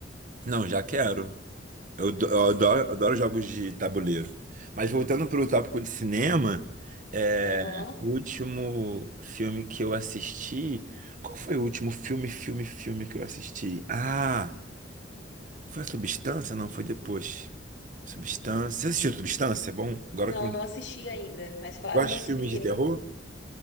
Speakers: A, on the right (about 45°); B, on the left (about 70°).
A: Não, já quero. Eu, do-
B: Sim.
A: eu adoro, adoro jogos de tabuleiro. Mas voltando para o tópico de cinema, é,
B: Aham.
A: o último filme que eu assisti. Qual foi o último filme, filme, filme que eu assisti? Ah, foi a Substância? Não, foi depois. Substância. Você assistiu Substância? É Bom, agora
B: Não,
A: que eu me.
B: não assisti ainda, mas falaram
A: Gosta
B: muito
A: de filmes
B: sobre ele,
A: de terror?
B: hein?